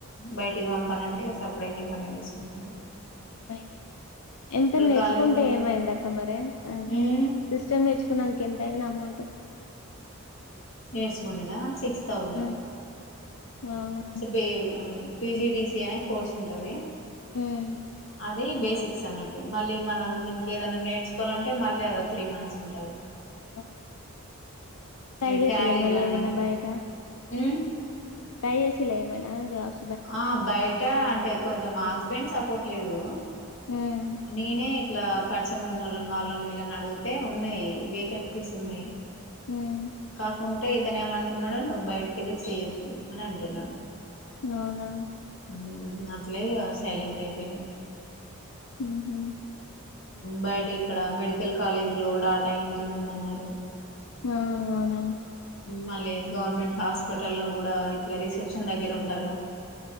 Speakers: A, on the left; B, on the left.
A: బయటికి పంపనంటే ఇక సప్పుడు చేయకుండా ఇంట్లో చెంట <unintelligible>
B: అ ఎంత నేర్చుకుంటే
A: కాలేజీలో
B: ఏమైంది అక్క మరి అ
A: మ్మ్
B: సిస్టం నేర్చుకున్నాదానికి ఎంత అయింది అమౌంట్.
A: నేర్చకుంటన్నా సిక్స్ తౌజండ్.
B: ఉమ్, అవునా
A: అ పిజిడడిసి అనే కోర్స్ ఉంటది.
B: మ్
A: అది బేసిక్స్ అన్నట్టు మళ్ళీ మనం ఇంకేదైనా నేర్చుకోవాలంటే మళ్ళీ అద త్రీ మంత్స్ ఉంటాది.
B: అ <inaudible> ట్రై
A: ఈ
B: చేసిర్రా
A: టాలీ
B: మరి
A: గాని
B: ఏమన్నా బయట
A: మ్మ్
B: ట్రై చేసిర్రా జాబ్స్ కి
A: ఆ బయట అంటే కొంచెం మా హస్బెండ్ సపోర్ట్ లేదు.
B: హ్మ్
A: నేనే ఇట్లా పరిచయం ఉన్న వాళ్ళని వీళ్ళని అడిగితే ఉన్నాయి వేకెన్సీస్ ఉన్నాయి.
B: హ్మ్
A: కాకుంటే ఇతను ఏమంటున్నాడో నువ్వు బయటికెళ్ళి చేయొద్దు అని అంటున్నాడు.
B: అవునా
A: మ్ అట్లై సైలెంట్ అయిపోయినా.
B: మ్ హూ
A: బయట ఇక్కడ మెడికల్ కాలేజీ లో డాటా ఎంట్రీ ఉందన్నారు.
B: ఆ అవునా
A: మళ్ళీ గవర్నమెంట్ హాస్పిటల్ లో కూడా ఇట్లా రిసెప్షన్ దగ్గర ఉంటారుగా